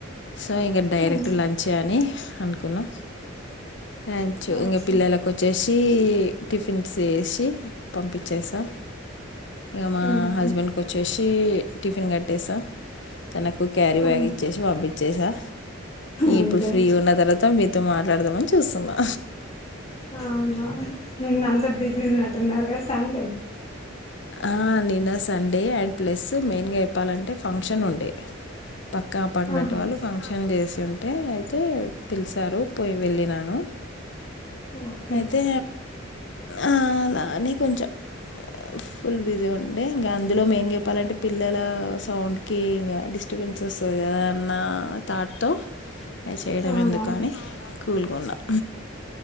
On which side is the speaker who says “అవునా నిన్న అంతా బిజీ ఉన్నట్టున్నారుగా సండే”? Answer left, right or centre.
Left